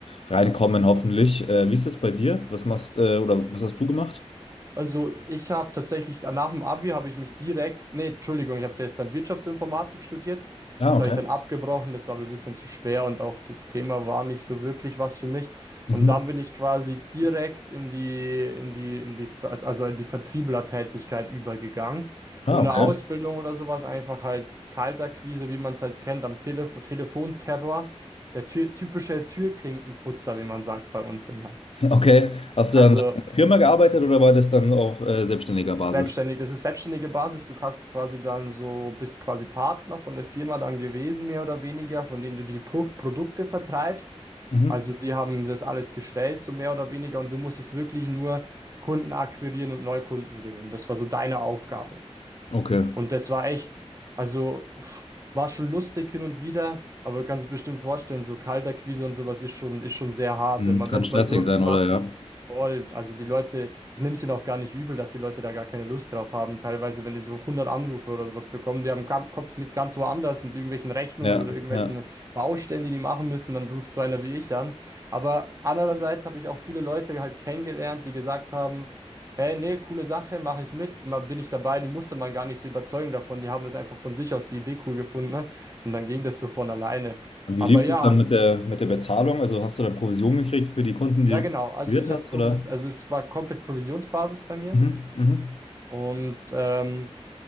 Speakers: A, on the left (about 60°); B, on the right (about 30°).
A: reinkommen, hoffentlich. Äh, wie ist das bei dir? Was machst, äh, oder was hast du gemacht?
B: Also ich habe tatsächlich, nach dem Abi habe ich mich direkt, nee, Entschuldigung, ich habe zuerst dann Wirtschaftsinformatik studiert.
A: Ah,
B: Das
A: okay.
B: habe ich dann abgebrochen, das war mir ein bisschen zu schwer und auch das Thema war nicht so wirklich was für mich.
A: Mhm.
B: Und dann bin ich quasi direkt in die, in die, in die, also also in die Vertrieblertätigkeit übergegangen.
A: Ah,
B: Ohne
A: okay.
B: Ausbildung oder sowas, einfach halt Kaltakquise, wie man es halt kennt, am Telefo Telefonterror. Der Tür, typische Türklinkenputzer, wie man sagt bei uns immer.
A: Okay. Hast du
B: Also
A: dann in einer Firma gearbeitet oder war das dann auf äh, selbstständiger Basis?
B: Selbstständig, das ist selbstständige Basis. Du hast quasi dann so, bist quasi Partner von der Firma dann gewesen, mehr oder weniger, von denen du die Pro Produkte vertreibst.
A: Mhm.
B: Also die haben das alles gestellt, so mehr oder weniger, und du musstest wirklich nur Kunden akquirieren und Neukunden gewinnen. Das war so deine Aufgabe.
A: Okay.
B: Und das war echt, also pff, war schon lustig hin und wieder, aber du kannst es bestimmt vorstellen, so Kaltakquise und sowas ist schon, ist schon sehr hart.
A: Hm,
B: Wenn man
A: Kann
B: das
A: stressig
B: mal durchgemacht
A: sein, oder? Ja.
B: hat, voll, also die Leute, ich nehme es ihnen auch gar nicht übel, dass die Leute da gar keine Lust drauf haben. Teilweise, wenn die so hundert Anrufe oder sowas bekommen, die haben den Kopf mit ganz woanders, mit irgendwelchen Rechnungen
A: Ja,
B: oder irgendwelchen
A: ja.
B: Baustellen, die die machen müssen, dann ruft so einer wie ich an. Aber andererseits habe ich auch viele Leute halt kennengelernt, die gesagt haben, Hey, nee, coole Sache, mache ich mit, mal bin ich dabei, die musste man gar nicht so überzeugen davon, die haben das einfach von sich aus die Idee cool gefunden, ne? Und dann ging das so von alleine.
A: Und wie
B: Aber
A: lief
B: ja,
A: es dann mit der, mit der Bezahlung? Also hast du dann Provision gekriegt für die Kunden, die
B: ja
A: du
B: genau,
A: konzentriert
B: also ich
A: hast,
B: habe Provis
A: oder?
B: also es war komplett Provisionsbasis bei mir
A: Mhm. Mhm.
B: und ähm,